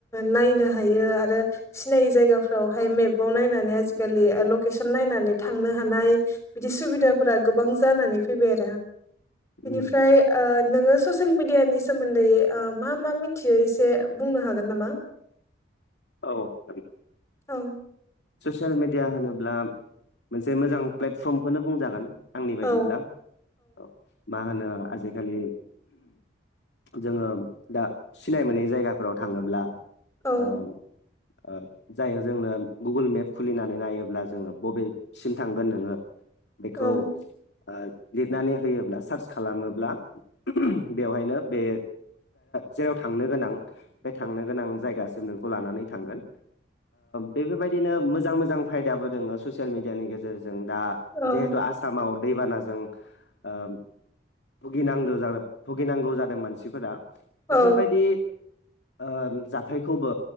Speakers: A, on the left; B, on the left.
A: नायनो हायो आरो सिनायै जायगाफ्रावहाय मेपाव नाय नायनानै आजिकालि लकेसन नायनानै थांनो हानाय बिदि सुबिदाफोरा गोबां जानानै फै फैबाय आरो बिनिफ्राय
B: उम
A: ओ नोङो ससियेल मिडियानि सोमोन्दै ओ मा मा मिथियो एसे बुंनो हागोन नामा?
B: औ आगै ।
A: ओं
B: ससियेल मेडिया होनोब्ला मोनसे मोजां प्लेटफर्मखौनो बुंजागोन । आंनि
A: औ
B: बायदिब्ला औ मा होनो आजिखालि जोङो दा सिनाय मोनै जायगाफोराव थाङोब्ला
A: औ
B: ओ ओ जायो जोंनो गुगोल मेप खुलिनानै नायोब्ला जोङो बबेसिम थांगोन नोङो बेखौ
A: औ
B: ओ लिरनानै होयोब्ला सार्च खालामोब्ला बेवहायनो बे जेराव थांनो गोनां बे थांनो गोनां जायगासिम नों खौ लानानै थांगोन। बेफोरबायदिनो मोजां मोजां फायदाबो दोङो ससियेल मिडियानि गेजेरजों दा
A: औ
B: जिहेतु आसामाव दैबानाजोंनां ओ भुगिनांगो जाद भुगिनांगौ जादों मानसिफोरा। बेफोरबायदि
A: औ
B: ओ जाथायखौबो